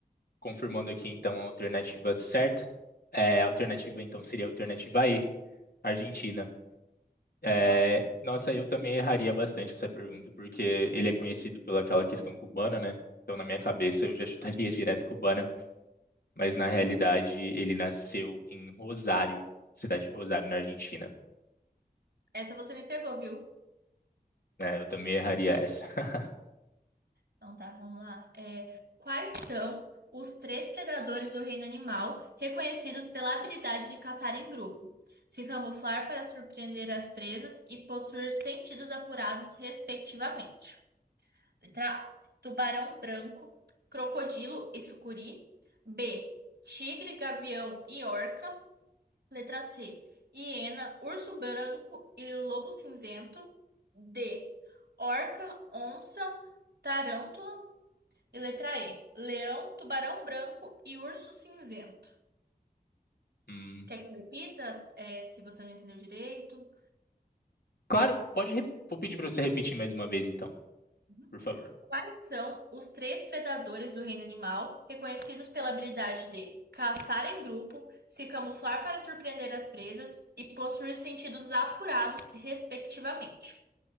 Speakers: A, on the left; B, on the right.
A: confirmando aqui então a alternativa certa. É, a alternativa então seria a alternativa E. Argentina. É,
B: Nossa,
A: nossa, eu também erraria bastante essa pergunta, porque ele é conhecido pelaquela questão cubana, né? Então, na minha cabeça, eu já chutaria direto cubana, mas na realidade ele nasceu em Rosário, cidade de Rosário, na Argentina.
B: essa você me pegou, viu?
A: né? eu também erraria essa. <laughs>
B: Então tá, vamos lá. É, quais são os três predadores do reino animal reconhecidos pela habilidade de caçar em grupo, se camuflar para surpreender as presas e possuir sentidos apurados, respectivamente? Letra A: tubarão branco, crocodilo e sucuri. B: tigre, gavião e orca. Letra C: hiena, urso branco e lobo cinzento. D: orca, onça. Tarântula e letra E: leão, tubarão branco e urso cinzento.
A: Hum,
B: Quer que eu repita, É, se você não entendeu direito?
A: claro, pode. re- Vou pedir para você repetir mais uma vez, então,
B: Uhum.
A: por favor.
B: Quais são os três predadores do reino animal reconhecidos pela habilidade de caçar em grupo, se camuflar para surpreender as presas e possuir sentidos apurados, respectivamente?